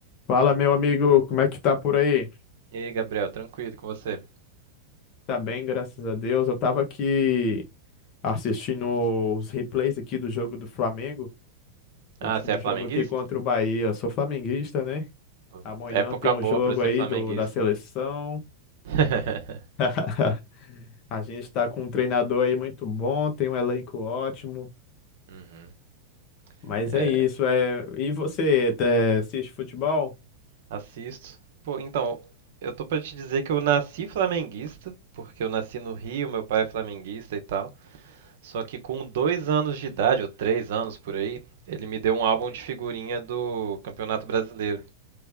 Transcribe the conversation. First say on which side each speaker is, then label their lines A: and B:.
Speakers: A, on the left; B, on the right.
A: Fala, meu amigo, como é que tá por aí?
B: E aí, Gabriel, tranquilo com você?
A: Tá bem, graças a Deus. Eu tava aqui assistindo os replays aqui do jogo do Flamengo, último
B: Ah, você é
A: jogo
B: flamenguista?
A: aqui contra o Bahia. Eu sou flamenguista, né?
B: Pô,
A: Amanhã
B: Época
A: tem um
B: boa
A: jogo
B: pra ser
A: aí
B: flamenguista.
A: do, da seleção.
B: <laughs>
A: <laughs> A gente tá com um treinador aí muito bom, tem um elenco ótimo.
B: Uhum.
A: Mas
B: É,
A: é isso, é. E você, é, assiste futebol?
B: assisto. Pô, então, eu tô pra te dizer que eu nasci flamenguista, porque eu nasci no Rio, meu pai é flamenguista e tal. Só que com dois anos de idade, ou três anos por aí, ele me deu um álbum de figurinha do Campeonato Brasileiro.